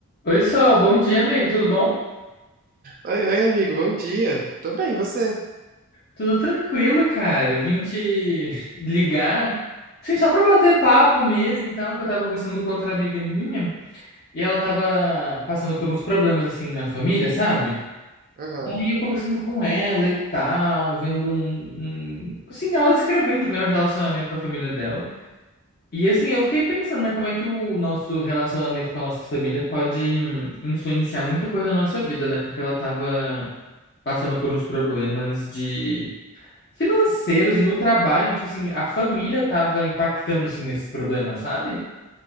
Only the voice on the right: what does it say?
Oi, oi, amigo, bom dia. Tô bem, e você?
Aham.